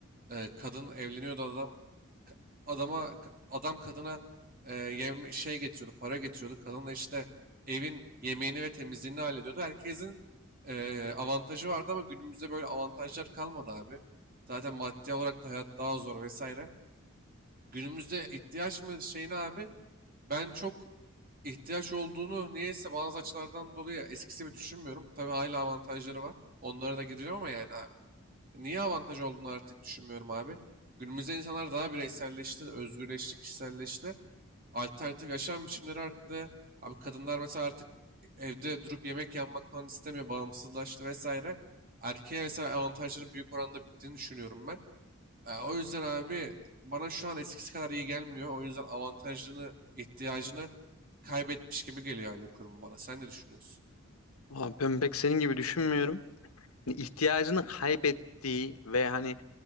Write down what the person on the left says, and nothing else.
Abi ben pek senin gibi düşünmüyorum. Hani ihtiyacını kaybettiği ve hani